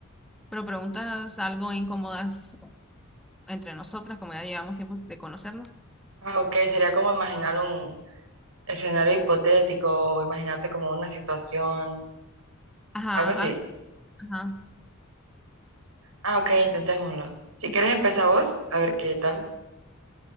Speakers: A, in the centre; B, on the right.
A: Pero preguntas algo incómodas entre nosotras, como ya llevamos tiempo de conocernos.
B: Ah, ok, sería como imaginar un escenario hipotético o imaginarte como una situación,
A: Ajá,
B: algo así.
A: algo, ajá.
B: Ah, ok, intentémoslo. Si quieres empezar vos, a ver qué tal.